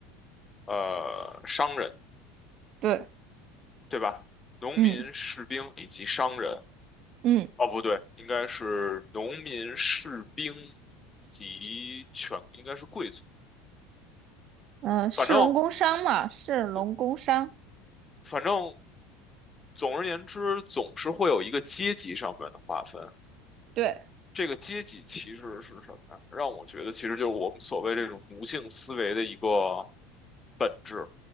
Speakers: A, on the left; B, on the right.
A: 呃商人，
B: 对，
A: 对吧？农民、
B: 嗯
A: 士兵以及商人。
B: 嗯
A: 哦，不对，应该是农民、士兵及全，应该是贵族。
B: 嗯呃，士农工商嘛，
A: 反正
B: 士农工商，
A: 对，反正总而言之，总是会有一个阶级上面的划分。
B: 对，
A: 这个阶级其实是什么呀？让我觉得其实就是我们所谓这种奴性思维的一个本质。